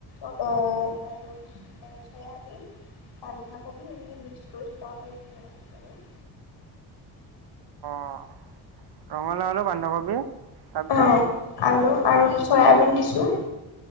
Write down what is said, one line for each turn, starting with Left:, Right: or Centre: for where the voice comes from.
Left: আ আৰু চয়াবিন বন্ধাকবি এনেকে মিক্স কৰি থোৱাফালে বনাই আছো আৰু।
Right: অ ৰঙালাও, আলু, বন্ধাকবি তাৰপিছত
Left: আৰু আলু আৰু চয়াবিন দিছোঁ।